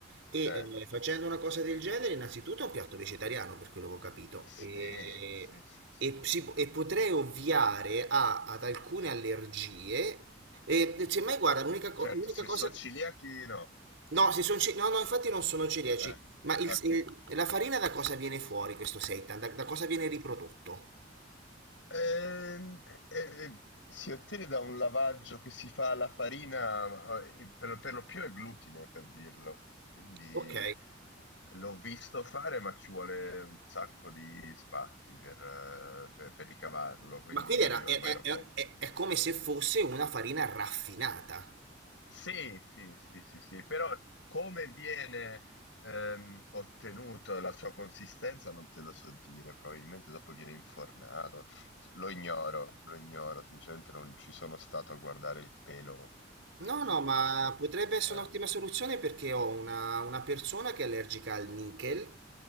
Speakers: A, on the right; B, on the left.
A: e
B: Eh,
A: eh, facendo una cosa del genere innanzitutto è un piatto vegetariano per quello che ho capito
B: sì,
A: e,
B: sì, sì, sì.
A: e si- e potrei ovviare a- ad alcune allergie e cioè, ma guarda, l'unica co-
B: Certo,
A: l'unica
B: se
A: cosa...
B: so celiachi no.
A: No, si son ci- no, no, infatti non sono celiaci,
B: Eh,
A: ma il-
B: ok.
A: il- la farina da cosa viene fuori questo seitan? Da, da cosa viene riprodotto?
B: Ehm, eh, eh, si ottiene da un lavaggio che si fa alla farina, eh, per, per lo più è glutine, per dirlo. Quindi
A: Ok,
B: l'ho visto fare, ma ci vuole un sacco di sbatti per, eh, per- per ricavarlo, quindi
A: ma quindi era-
B: ormai
A: è, è-
B: lo
A: è-
B: compro.
A: è- è come se fosse una farina raffinata.
B: Sì, sì, sì, sì, sì, però come viene ehm, ottenuta la sua consistenza non te lo so dire, probabilmente dopo viene infornato. Lo ignoro, lo ignoro, sinceramente non ci sono stato a guardare il pelo
A: No,
B: su
A: no, ma
B: questo.
A: potrebbe essere
B: Eh,
A: un'ottima soluzione perché ho una, una persona che è allergica al nickel